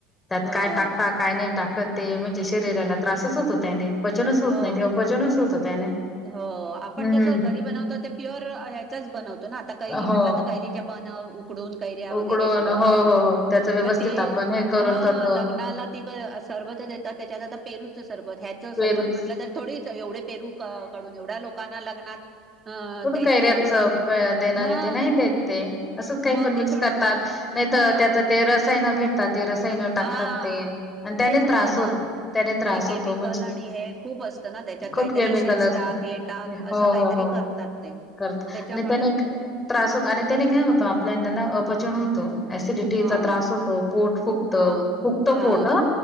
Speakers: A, on the left; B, on the right.
A: त्यात
B: हं,
A: काय टाकता काय नाही टाक टाकत ते म्हणजे शरीराला त्रासच होतो, त्याने, पचनच होत
B: हो,
A: नाही, ते अपचनच होतं त्याने.
B: हो आपण
A: हं.
B: कस घरी बनवतो ते प्युअरं अं ह्याचाच बनवतो ना, आता कैरी
A: हो.
B: म्हटलं तर कैरीच्या पण ऊक उकळुन कैऱ्या
A: उकडून
B: वगैरे सगळं
A: हो,
B: असं म्हण
A: हो, हो. त्याचं व्यवस्थित
B: प ते
A: आपण हे करून
B: ह
A: करतो.
B: लग्नाला ते क आत्ता सर्वच देतात, त्याच्यात आता पेरूचं सरबत ह्याचं
A: पेरूच
B: सरबत म्हटलं, तर थोडीच एवढे, पेरू काढू काढून एवढ्या लोकांना लग्नात अ
A: थोड
B: द्यायचं
A: कैऱ्याच
B: झालं
A: अं देणार
B: हा
A: आहे ते, नाही देत ते असंच काही
B: मग
A: पण मिक्स
B: ते थोड
A: करतात नाही त तर
B: हा
A: त्याच ते रसायना भेटतात. ते रसायन टाकतात.
B: हा
A: ते आणि त्याने
B: तेच होतं
A: त्रास
B: ना
A: होतो, त्याने त्रास
B: ते केमिकल
A: होतो म्हणजे
B: आणि हे खूप असतं ना त्याच्यात
A: खूप
B: काहीतरी
A: केमिकल
B: इशन्स
A: असत.
B: टाक
A: हं
B: हे टाक
A: हो-हो-हो-हो.
B: असं काहीतरी करतात ते
A: करत
B: त्याच्यामुळे
A: आणि त्याने क त्रास होत. आणि त्याने काय होतो, आपल्याना ना अपचन होत, ऍसिडिटी
B: हा
A: चा त्रास होतो, पोट फुक्त
B: हा
A: फुक्तं
B: हा
A: पोट ह